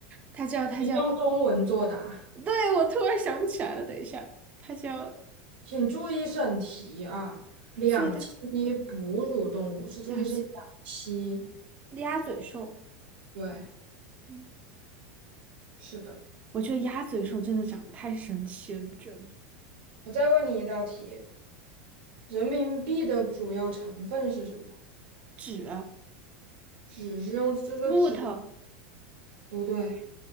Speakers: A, on the right (about 25°); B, on the right (about 80°).
A: 它叫它叫，
B: 请用中文作答，
A: 对，我突然想不起来了，等一下，它叫
B: 请注意审题啊！两栖哺乳动物是注意是两栖，
A: 最大两栖鸭嘴兽。
B: 对，
A: 嗯，
B: 是的。
A: 我觉得鸭嘴兽真的长得太神奇了，你不觉得吗？
B: 我再问你一道题，人民币的主要成分是什么？
A: 纸、
B: 纸是用，就说纸，
A: 木头，
B: 不对，